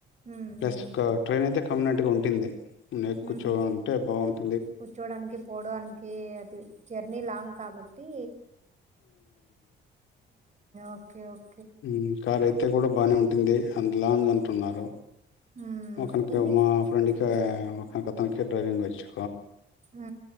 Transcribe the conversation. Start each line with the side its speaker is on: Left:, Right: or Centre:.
Right: ఉమ్
Left: ప్లస్
Right: ఉమ్
Left: ఒక ట్రైన్ అయితే కన్వీనియెంట్ ఉంటుంది నీకు
Right: ఉహు
Left: చోంటే బాగుంటుంది
Right: కూర్చోడానికి పోవడానికి అది జర్నీ లాంగ్ కాబట్టి ఓకే ఓకే
Left: ఉ కార్ అయితే అంటే కూడా బాగానే ఉంటుంది అంత లాంగ్ అంటున్నారు
Right: ఉమ్
Left: ఒకనీకి
Right: ఎన్ని
Left: మా ఫ్రెండ్
Right: ఉమ్
Left: కి ఒకత డ్రైవింగ్ వచ్చు
Right: ఆ